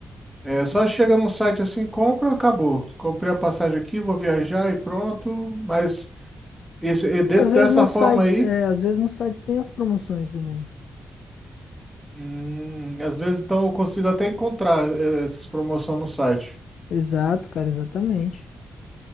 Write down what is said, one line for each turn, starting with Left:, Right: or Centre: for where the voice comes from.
Centre: É, só chega num site assim, compra, acabou. Comprei a passagem aqui, vou viajar e pronto. Mas esse, e desse,
Left: Às
Centre: dessa
Left: vezes nos
Centre: forma
Left: sites,
Centre: aí,
Left: é, às vezes nos sites tem as promoções também.
Centre: hum, às vezes então eu consigo até encontrar eh, essas promoções no site.
Left: Exato, cara, exatamente.